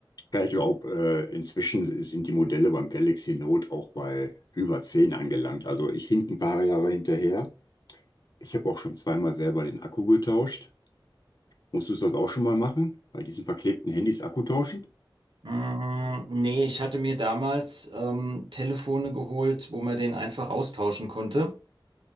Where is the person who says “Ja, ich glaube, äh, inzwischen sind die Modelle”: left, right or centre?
Left